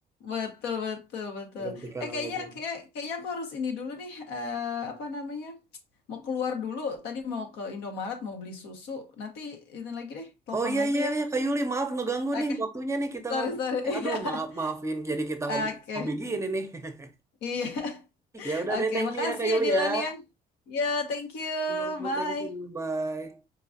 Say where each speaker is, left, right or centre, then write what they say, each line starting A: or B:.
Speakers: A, on the left (about 80°); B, on the right (about 15°).
A: Betul, betul, betul.
B: Digantikan
A: Eh kayaknya
B: oleh game.
A: kayak, kayaknya aku harus ini dulu nih eh, apa namanya? Mau keluar dulu, tadi mau ke Indomaret mau beli susu. Nanti ini lagi deh, telepon
B: Oh iya
A: lagi
B: iya
A: ya.
B: iya Kak Yuli maaf ngeganggu
A: Oke.
B: nih waktunya nih kita
A: Sorry,
B: ngobrol
A: sorry.
B: nih.
A: <laughs> Iya.
B: Aduh maaf maafin jadi kita
A: Oke.
B: ngobrol hobi gini nih. <laughs>
A: Iya.
B: Ya udah
A: Oke,
B: deh thank
A: makasih
B: you ya Kak Yuli
A: ya Dilan
B: ya.
A: ya. Ya, thank you.
B: Yo,
A: Bye.
B: Thank you bye.